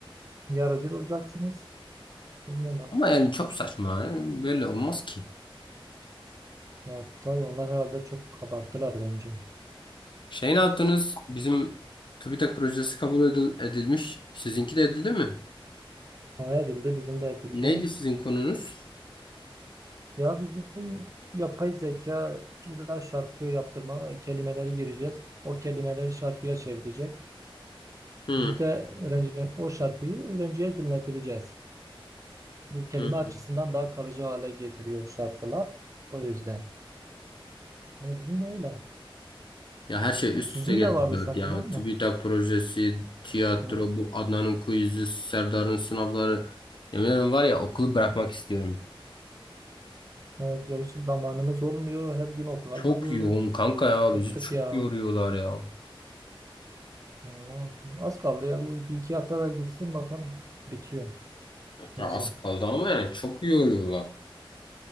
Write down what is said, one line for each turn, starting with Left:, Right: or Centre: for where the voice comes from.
Right: Ya rezil olacaksınız. Bilmiyorum artık.
Left: Ama yani çok saçma. yani Böyle olmaz ki.
Right: Ya tabii onlar herhalde çok kabarttılar bence.
Left: Şey ne yaptınız? Bizim TÜBİTAK projesi kabul edil- edilmiş. Sizinki de edildi mi?
Right: Ne edildi, bizim de edildi.
Left: Neydi sizin konunuz?
Right: Ya bizim yapay zeka illa şarkı yaptırma kelimeleri gireceğiz. O kelimeleri şarkıya çevirecek.
Left: Hı,
Right: Biz de öğrenciler o şarkıyı öğrenciye dinletireceğiz. Bu kelime
Left: hı.
Right: açısından daha kalıcı hale getiriyor şarkılar. O yüzden. O yüzden de öyle.
Left: Ya her şey üst
Right: Sizin
Left: üste geldi
Right: de vardı
Left: zaten
Right: sanki
Left: ya.
Right: değil mi?
Left: TÜBİTAK projesi, tiyatro,
Right: Ha.
Left: bu Adnan'ın quiz'i, Serdar'ın sınavları. Yemin ederim var ya okulu bırakmak istiyorum.
Right: Evet, ya hiç zamanımız olmuyor. Her gün okula
Left: Çok
Right: gidiyoruz.
Left: yoğun kanka ya
Right: Bıktık
Left: bizi çok
Right: ya.
Left: yoruyorlar ya.
Right: Anlamadım. Az kaldı ya. Bu bir iki hafta da gitsin bakalım. Bitiyor bizim.
Left: Ya az kaldı ama yani çok yoruyorlar.